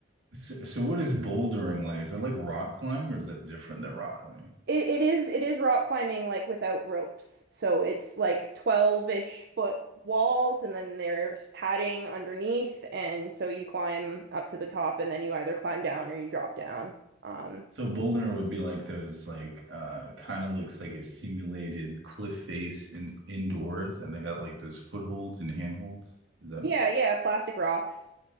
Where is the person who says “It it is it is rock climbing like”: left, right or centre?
Right